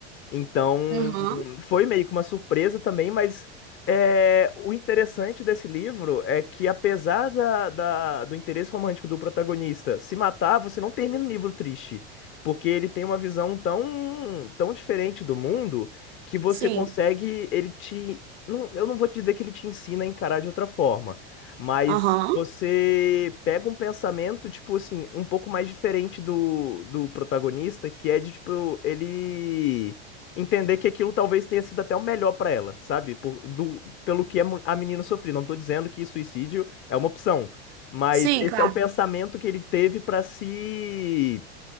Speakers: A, on the left; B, on the right.
A: Então,
B: Uhum.
A: foi meio que uma surpresa também, mas é, o interessante desse livro é que, apesar da, da- do interesse romântico do protagonista se matar, você não termina o livro triste, porque ele tem uma visão tão, tão diferente do mundo que você
B: Sim.
A: consegue, ele te, não- eu não vou te dizer que ele te ensina a encarar de outra forma, mas
B: Aham.
A: você pega um pensamento, tipo assim, um pouco mais diferente do, do protagonista, que é de, tipo, ele entender que aquilo talvez tenha sido até o melhor pra ela, sabe? Por, do, pelo que a mu- a menina sofreu. Não tô dizendo que suicídio é uma opção, mas
B: Sim,
A: esse
B: claro.
A: é o pensamento que ele teve pra se,